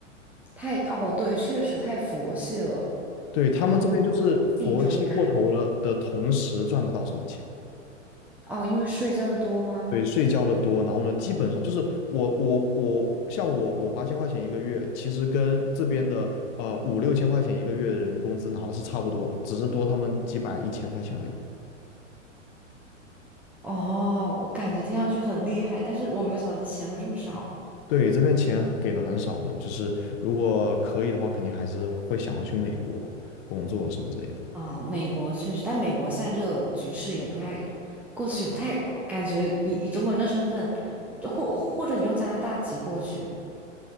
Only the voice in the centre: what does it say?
太哦对，确实太佛系了。
然后有竞争感哦，因为睡觉的多吗？
哦，我感觉听上去很厉害，但是我没有想到这钱会这么少。
啊、美国确实，但美国现在这个局势也不太，过去不太感觉以以中国人的身份，或或者你用加拿大籍过去，